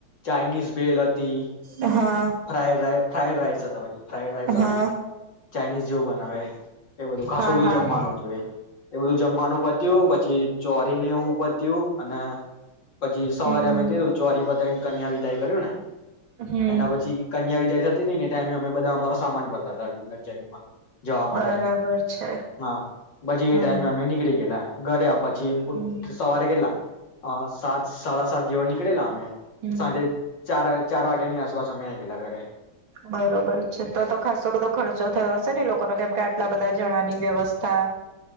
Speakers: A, on the left; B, on the right.
A: ચાાઈનીઝ ભેલ હતી
B: હા
A: ફ્રાઈડ રાઈ ફ્રાઈડ રાઈસ હતા પછી ફ્રાઈડ રાઈસ
B: હા
A: હોય ને ચાાઈનીઝ જેવું બનાવે એ બધું ખાસું
B: હા
A: બધું
B: હા
A: જમવાનું હતું એ એ બધું જમવાનું પત્યું પ પછી ચોરીને એવું પત્યું અને પછી સવારે
B: હમ
A: અમે ગેલુ ચોરી પતાયને કન્યા વિદાય કર્યું ને
B: હમ
A: એના પછી કન્યા વિ તૈયારી થતી હતી એને ટાઈમે અમે બધા અમારો સામાન ભરતા હતા એટલે જરીક માં જવા માટે
B: બરાબર છે
A: હા પછી
B: હા
A: એ ટાઈમે અમે નીકળી ગેયલા. ઘરે આપ પછી
B: હમ
A: સવારે કેટલા અ સાત સાડા સાત જેવા નીકળેલા અમે
B: હમ
A: સાંજે ચાર ચાર વાગ્યાની આસપાસ તમે ગેયલા ઘરે
B: બરોબર છે તો તો ખાસો બધો ખર્ચો થયો હશે ને એ લો કોને કેમ કે આટલા બધા જણાની વ્યવસ્થા